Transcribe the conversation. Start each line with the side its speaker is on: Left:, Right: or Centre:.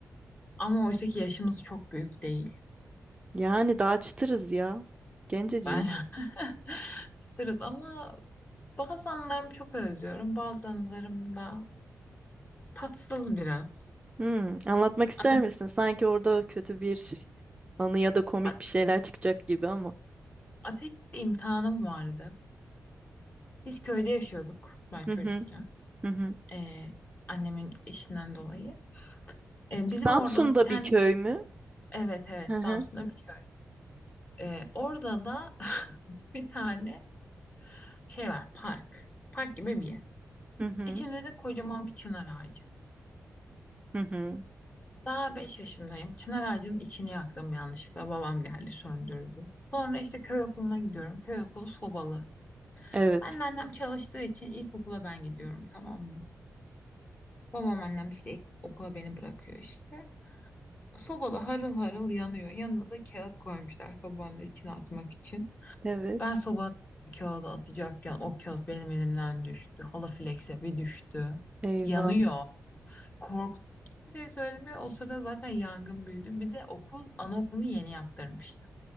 Left: Ama oysa ki yaşımız çok büyük değil.
Right: Yani daha çıtırız ya. Genceciyiz.
Left: Ben <laughs> çıtırız ama bazı anılarımı çok özlüyorum. Bazı anılarım da tatsız biraz.
Right: Hmm, anlatmak ister
Left: Anas-
Right: misin? Sanki orada kötü bir anı ya da komik
Left: a-
Right: bir şeyler çıkacak gibi ama.
Left: ateş imtihanım vardı. Biz köyde yaşıyorduk ben
Right: Hı
Left: çocukken.
Right: hı, hı hı.
Left: Ee, annemin işinden dolayı. Ee, bizim
Right: Samsun'da
Left: orada bir tane
Right: bir köy mü?
Left: evet evet
Right: Hı
Left: Samsun'da
Right: hı,
Left: bir köy. Ee, orada da <laughs> bir tane şey var park. Park gibi bir yer.
Right: hı hı,
Left: İçinde de kocaman bir çınar ağacı.
Right: hı hı.
Left: Daha 5 yaşındayım. Çınar ağacının içini yaktım yanlışlıkla. Babam geldi söndürdü. Sonra işte köy okuluna gidiyorum. Köy okulu sobalı.
Right: Evet,
Left: Ben de annem çalıştığı için ilkokula ben gidiyorum tamam mı? Babam annem işte ilk okula beni bırakıyor işte. Sobada harıl harıl yanıyor. Yanına da kağıt koymuşlar sobanın içine atmak için.
Right: evet.
Left: Ben sobanın kağıdı atacakken o kağıt benim elimden düştü. Halafilekse bir düştü.
Right: Eyvah.
Left: Yanıyor. Korktum. Kimseye söylemiyor. O sırada zaten yangın büyüdü. Bir de okul, anaokulunu yeni yaptırmıştım.